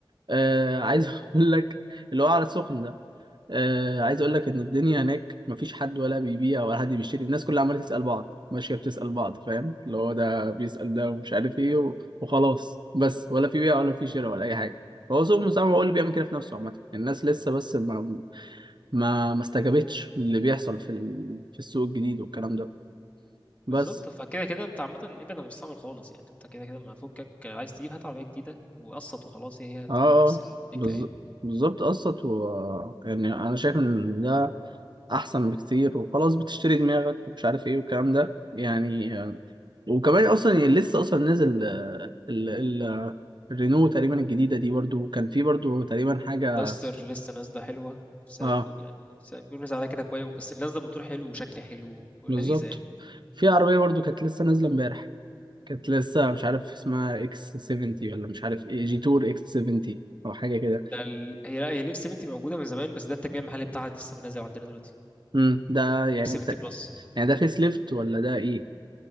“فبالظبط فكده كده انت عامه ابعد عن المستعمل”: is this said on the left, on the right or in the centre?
Left